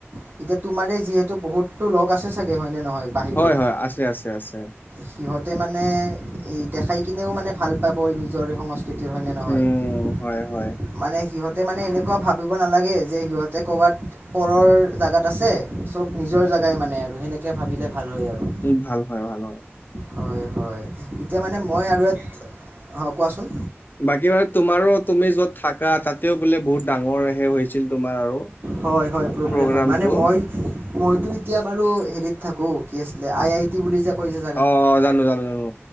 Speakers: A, on the right; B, on the left.
A: এতিয়া, তোমাৰেই যিহেতু, বহুতো লগ আছে চাগে! হয়নে নহয়? বাহিৰৰ
B: হয়, হয়! আছে, আছে, আছে।
A: সিহঁতে মানে, এই দেখাই কিনেও মানে, ভাল পাব! এই নিজৰ সংস্কৃতি, হয়নে নহয়?
B: উম।
A: <inaudible>
B: হয় হয়
A: মানে সিহঁতে মানে এনেকুৱা ভাবিব নালাগে যে সিহঁতে ক'ৰবাত পৰৰ। জেগাত আছে চব নিজৰ জেগাই মানে আৰু সেনেকৈ ভাবিলে ভাল হয় আৰু।
B: উম ভাল হয় ভাল হয়।
A: হয় হয় এতিয়া মানে মই আৰু ইয়াত অ কোৱাচোন।
B: বাকী মানে তোমাৰো তুমি য'ত থাকা তাতেও বোলে বহুত ডাঙৰ। সে হৈছিল তোমাৰ আৰু
A: হয় হয় প্ৰগ্ৰেম
B: প্ৰগ্ৰামটো।
A: হয় মানে মই মইতো এতিয়া বাৰু হেৰিত থাকো কি আছিল আই আই। বুলি যে কৈছে।
B: অ অ জানো জানো জানো।